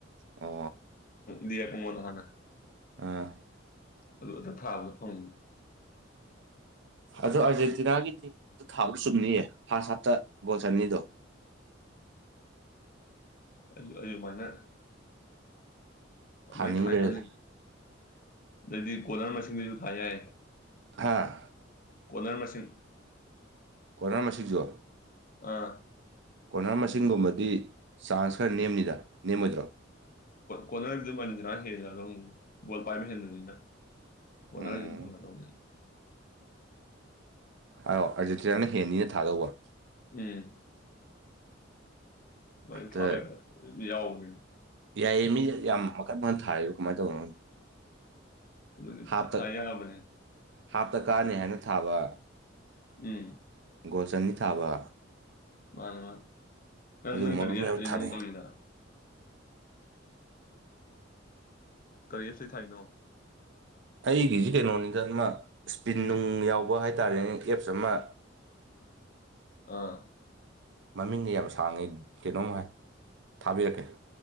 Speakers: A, on the right (about 65°); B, on the left (about 45°).
A: ꯑ
B: ꯗꯌꯥ ꯀꯃꯣꯜ ꯍꯅ
A: ꯑꯥ
B: ꯑꯗꯨ ꯑꯗ ꯊꯥꯕꯒ ꯐꯪꯒꯦ
A: ꯑꯗ ꯑꯥꯔꯖꯦꯟꯇꯤꯅꯥꯒꯤ ꯇꯤꯝ ꯊꯥꯕ ꯆꯨꯝꯅꯤꯌꯦ ꯐꯥꯁꯥꯁꯇꯠꯇ ꯒꯣꯁꯅꯤꯗꯣ
B: ꯑꯨ ꯃꯅꯦ ꯑꯗꯨꯃꯥꯏꯅ
A: ꯊꯥꯅꯤꯡꯈ꯭ꯔꯦꯗ
B: ꯊꯥꯏ ꯈꯜꯂꯤ ꯑꯗꯩꯗꯤ ꯀꯣꯂꯔ ꯃꯁꯤꯡꯁꯤꯁꯨ ꯊꯥ ꯌꯥꯏ
A: ꯍꯥꯥ
B: ꯀꯣꯅꯔ ꯃꯁꯤꯡꯁꯤꯟ
A: ꯑꯣꯅ ꯃꯁꯤꯁꯨ
B: ꯑꯥ
A: ꯀꯣꯅꯔ ꯃꯁꯤꯡꯒꯨꯝꯕꯗꯤ ꯆꯥꯟꯁ ꯈꯔ ꯅꯦꯝꯅꯤꯗ ꯅꯦꯝꯃꯣꯏꯗ꯭ꯔꯣ
B: ꯀꯣꯔꯅꯔ ꯑꯗꯨꯝ ꯑꯅꯤꯁꯤꯔꯥ ꯍꯦꯜꯂꯦ ꯑꯗꯨꯝ ꯕꯣꯜ ꯄꯥꯏꯕ ꯍꯦꯟꯕꯅꯤꯅ ꯀꯣꯅꯥꯔꯤꯁꯤꯡ
A: ꯎꯝ
B: ꯊꯧꯅꯥ ꯇꯧꯅ
A: ꯍꯥꯏꯑꯣ ꯑꯔꯖꯦꯟꯇꯤꯔꯅ ꯍꯦꯅꯤꯅ ꯊꯥꯗꯧꯕ
B: ꯎꯝ ꯊꯦ
A: ꯑꯗ
B: ꯌꯥꯑꯣ <unintelligible> <inaudible>
A: ꯌꯥꯏꯌꯦ ꯃꯤ ꯌꯥꯝ ꯃꯈꯟ ꯃꯈꯟ ꯊꯥ ꯀꯃꯥꯏꯅ ꯇꯧꯅꯣ
B: ꯑꯗꯨꯗꯤ
A: ꯍꯥꯞꯇ
B: ꯊꯥ ꯊꯥ ꯌꯥꯕꯅꯤ
A: ꯍꯞ ꯀꯥꯅꯤ ꯍꯥꯏꯅ ꯊꯥꯕ
B: ꯎꯝ
A: ꯒꯣꯜ ꯆꯅꯤ ꯊꯥꯕ
B: ꯃꯥꯅꯦ ꯃꯥ ꯀ
A: ꯑꯗꯨꯒꯨꯝꯕ
B: ꯅꯪ ꯀꯗꯤꯁꯇꯅ
A: ꯃꯌꯥꯝ ꯊꯥꯅꯩ
B: ꯀꯗ ꯀꯔꯤꯦꯞꯁꯤ ꯊꯥꯏꯅꯣ
A: ꯑꯩꯒꯤꯁꯤ ꯀꯩꯅꯣꯅꯤꯗ ꯑꯃ ꯏꯁꯄꯤꯟ ꯅꯨꯡ ꯌꯥꯎꯕ ꯍꯥꯏꯇꯥꯥꯔꯦꯅꯦ ꯑꯦꯞꯁ ꯑꯃ
B: ꯑꯥ
A: ꯃꯃꯤꯡꯗꯤ ꯌꯥꯝ ꯁꯥꯡꯉꯤ ꯀꯩꯅꯣꯝ ꯍꯥꯏ ꯊꯥꯕꯤꯔꯛꯀꯦ